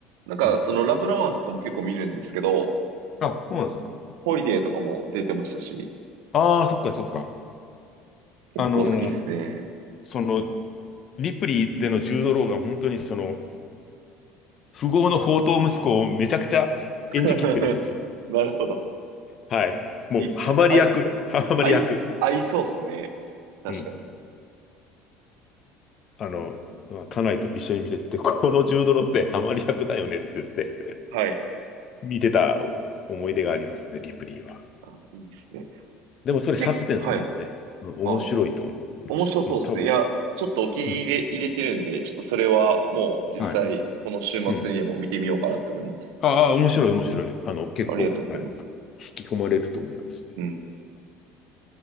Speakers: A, on the right (about 80°); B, on the left (about 45°).
A: なんか、
B: うん。
A: そのラブロマンスとかも結構見るんですけど、
B: あ、そうなんですか。
A: ホリデーとかも出てましたし、
B: ああ、そっかそっか。
A: 結構好きですね。
B: あのーその、リプリーでのジュードローが本当にその、富豪の宝刀息子をめちゃくちゃ演じきってるんですよ。
A: <laughs> なるほど。
B: はい。もう、
A: いいっすね。
B: ハマり役、
A: あい、
B: ハマり役。
A: 合い、合いそうっすね。確かに。
B: うん。あの、まあ家内と一緒に見てて、このジュードローってハマり役だよねって言って、
A: はい。
B: 見てた思い出がありますね、リプリーは。
A: あ、いいっすね。
B: でもそれサスペンスなんでね、
A: 結構、はい。
B: うん面白いと思う。
A: はい。面白そうっすね。
B: うん、多分。
A: いや、ちょっとお気に入り入れてるんで、
B: うん。
A: ちょっとそれはもう実際、
B: はい。
A: この週末にでも見てみようかなって思います。
B: うんああ、面白い、面白い。あの、結構、
A: ありがとうございます。
B: はい。引き込まれると思いますね。
A: うん。